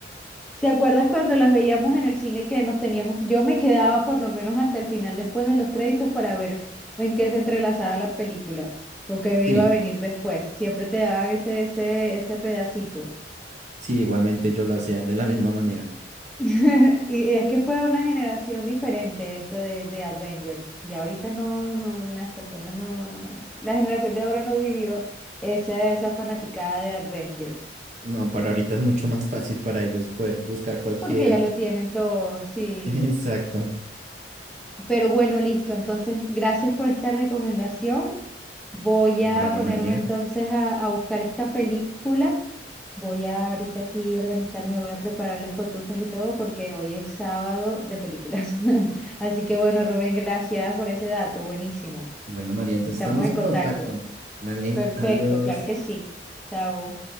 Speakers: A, in the centre; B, on the right (about 40°).
A: ¿Te acuerdas cuando las veíamos en el cine que nos teníamos, yo me quedaba por lo menos hasta el final después de los créditos para ver en qué se entrelazaba la película o qué
B: Sí.
A: iba a venir después? Siempre te daban ese, ese, ese pedacito.
B: Sí, igualmente yo lo hacía de la misma manera.
A: <laughs> Y es que fue una generación diferente esto de, de Avengers. Y ahorita no, no, las personas no, no, la generación de ahora no vivió esa, esa fanaticada de Avengers,
B: No, para ahorita es mucho más fácil para ellos poder buscar cualquier...
A: porque ya lo tienen todo, sí.
B: <laughs> Exacto.
A: Pero bueno, listo. Entonces, gracias por esta recomendación. Voy
B: Vale,
A: a ponerme
B: María.
A: entonces a, a buscar esta película. Voy a ahorita aquí organizarme, voy a preparar las cotufas y todo porque hoy es sábado de películas. <laughs> Así que bueno, Rubén, gracias por ese dato. Buenísimo.
B: Bueno, María, entonces
A: Estamos
B: estamos
A: en
B: en
A: contactos.
B: contacto. Vale,
A: Perfecto,
B: adiós.
A: claro que sí. Chao.